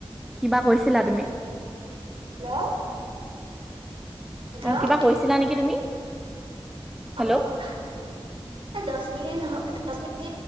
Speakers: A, in the centre; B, on the right (about 65°).
A: কিবা কৈছিলা তুমি
B: হেল্ল' হেল্ল'
A: আৰু কিবা কৈছিলা নেকি তুমি হেল্ল'?
B: অ অ দহ মিনিট দহ মিনি